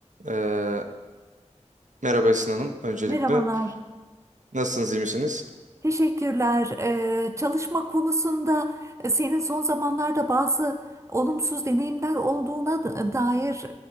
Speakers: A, on the right; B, on the right.
A: Ee, merhaba Esin Hanım. Öncelikle
B: Merhabalar,
A: nasılsınız, iyi misiniz?
B: teşekkürler. Ee, çalışma konusunda e, senin son zamanlarda bazı olumsuz deneyimler olduğuna da- dair